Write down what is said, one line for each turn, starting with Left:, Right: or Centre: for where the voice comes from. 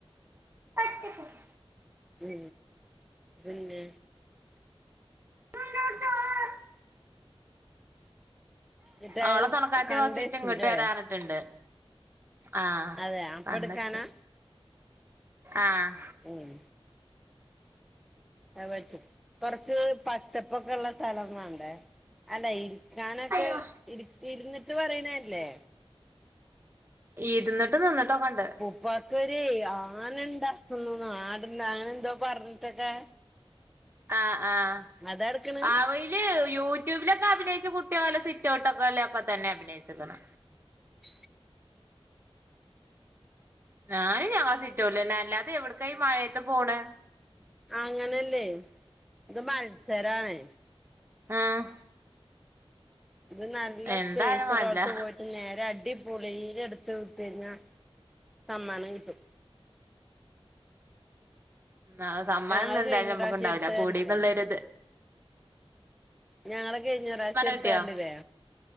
Right: പച്ചക്കിൽ <inaudible>
Centre: ഉ പിന്നെ
Right: <inaudible>
Centre: എന്നിട്ട്
Right: ഓളെ
Centre: അത്
Right: തൊണക്കാരത്തി
Centre: കണ്ടേച്ചൂല്ലേ
Right: കൊറച്ചയിഞ്ഞിട്ട് ഇങ്ങോട്ട് വരാ പറഞ്ഞിട്ടുണ്ട്. ആഹ്
Centre: അതെ അപ്പ
Right: കണ്ടച്ചോ
Centre: എടുക്കാനാ
Right: ആഹ്.
Centre: ഉം. അത് പറ്റും. കൊറച്ച് പച്ചപ്പൊക്കെ ഉള്ള സ്ഥലം വാണ്ടേ? അല്ല ഇരിക്കാനൊക്കെ
Right: ഉം
Centre: ഇരു ഇരുന്നിട്ട് പറയണല്ലേ?
Right: ഇരുന്നിട്ടും നിന്നിട്ടും ഒക്കണ്ട്.
Centre: വർക്കൊരയ് ആനണ്ടാകുന്നു നാടുന്ന് അങ്ങനെന്തോ പറഞ്ഞിട്ടൊക്കെ?
Right: ആഹ് ആഹ്
Centre: അതാ എടുക്കണ്
Right: ആവോയിൽ യൂട്യൂബിലൊക്കെ അഭിനയിച്ച കുട്ടി ഓലെ സിറ്റൗട്ട്ക്കോലോക്കെ തന്നെ അഭിനയിച്ക്കണ്.
Centre: ഉ
Right: ഞാനും ഞങ്ങളെ സിറ്റൗട്ടിലന്നെ അല്ലാതെ എവ്ട്ക്കാ ഈ മഴയത്ത് പോണ്?
Centre: അങ്ങനല്ലെ ഇത് മത്സരാണ്.
Right: ആഹ്.
Centre: ഇത് നല്ല
Right: എന്തായാലും
Centre: സ്പേസ്
Right: വേണ്ടില്ല
Centre: ഉള്ളോട്ത്ത് പോയിട്ട് നേരെ അടി പുളിയില എടുത്ത് തിരിഞ്ഞ സമ്മാനം കിട്ടും.
Right: ആഹ് സമ്മാനം
Centre: ഞങ്ങള്
Right: ഒന്ന എന്തായാലും
Centre: കഴിഞ്ഞ
Right: നമുക്ക്ണ്ടാവൂല്ല.
Centre: പ്രാവശ്യം എടുത്തത്
Right: കൂടീന്ന്
Centre: കണ്ടില്ലേ
Right: ഉള്ളൊരിത്.
Centre: ഞങ്ങള് കഴിഞ്ഞ പ്രാവിശ്യ എടുത്ത
Right: കിട്ടിയോ
Centre: കണ്ടില്ലേ?